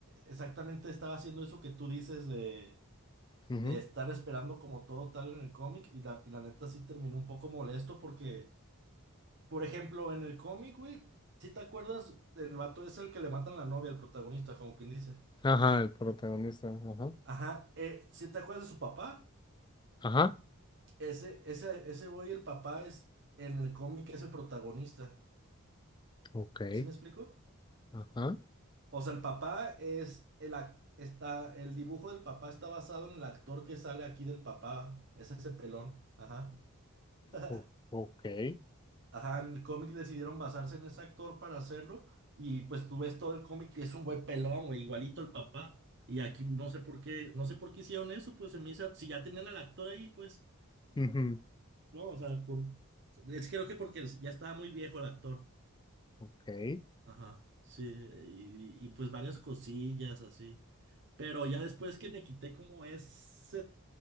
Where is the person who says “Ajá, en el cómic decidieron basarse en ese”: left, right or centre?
Right